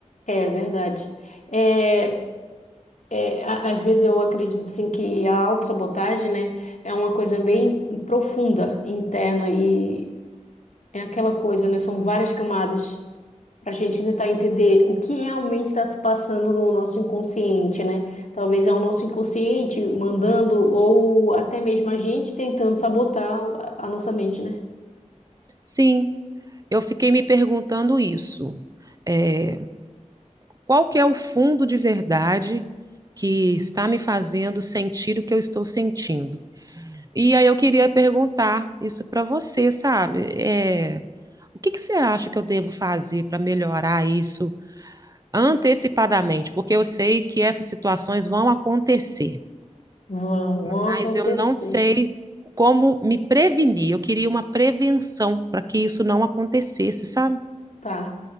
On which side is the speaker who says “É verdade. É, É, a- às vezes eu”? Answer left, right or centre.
Left